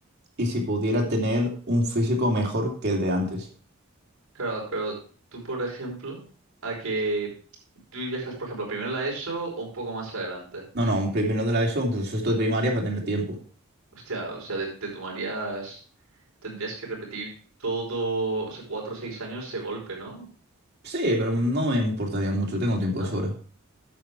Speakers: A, on the right (about 50°); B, on the right (about 80°).
A: y si pudiera tener un físico mejor que el de antes.
B: Claro, pero tú, por ejemplo, a que tú viajas, por ejemplo, primero a la ESO o un poco más adelante.
A: No, no, un primero de la ESO, incluso sexto de primaria, para tener tiempo.
B: Hostia, o sea, te, te tomarías, tendrías que repetir todo, o sea, cuatro o seis años ese golpe, ¿no?
A: Sí, pero no me importaría mucho, tengo tiempo
B: ¿No?
A: de sobra.